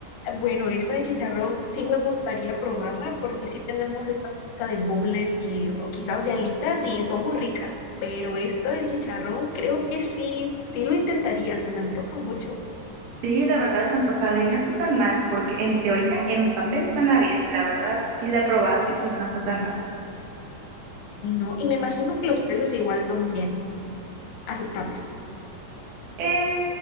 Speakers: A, on the left (about 85°); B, on the right (about 75°).
A: Bueno, esa de chicharrón sí me gustaría probarla porque sí tenemos esta pizza de boneless y o quizás de alitas y son muy ricas, pero esta de chicharrón creo que sí, sí lo intentaría, se me antoja mucho.
B: Sí, la verdad es antojable y no está tan mal, porque en teoría, en papel suena bien, y la verdad sí la he probado y pues no está tan mal.
A: Y no, y me imagino que los precios igual son bien aceptables.
B: Eh,